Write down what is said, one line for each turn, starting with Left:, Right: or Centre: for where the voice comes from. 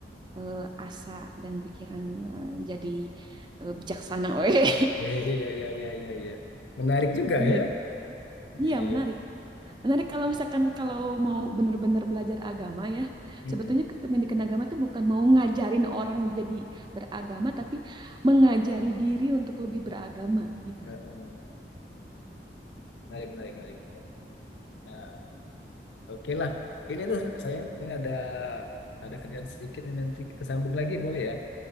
Right: eh, asa dan pikiran eh, jadi eh, bijaksana, <laughs> weh.
Left: Iya, iya, iya, iya, iya. iya. Menarik juga
Right: Gitu.
Left: ya. Iya.
Right: Iya, menarik. Menarik kalau misalkan kalau mau benar-benar belajar agama ya.
Left: Mm-mm.
Right: Sebetulnya ke- pendidikan agama itu bukan mau ngajarin orang jadi beragama, tapi mengajari diri untuk lebih beragama gitu
Left: Heeh. Menarik, menarik, menarik. Nah, oke lah. Ini tuh saya ini ada ada kerjaan sedikit ini nanti kita sambung lagi boleh ya?